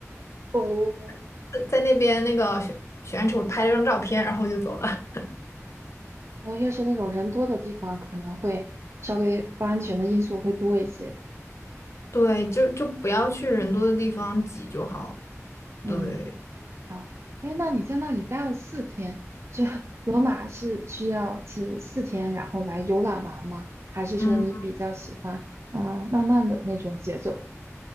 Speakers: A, on the right (about 55°); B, on the left (about 60°).
A: 哦，
B: <laughs> 在在那边那个许许愿池，我拍了张照片，然后就走了。<laughs>
A: 哦，越是那种人多的地方，可能会稍微不安全的因素会多一些。
B: 对，就就不要去人多的地方挤就好了。
A: 嗯。
B: 对，
A: 好，哎，那你在那里待了四天，这罗马是需要去四天，然后来游览完吗？还是说你比较喜欢嗯慢慢的那种节奏？
B: 嗯，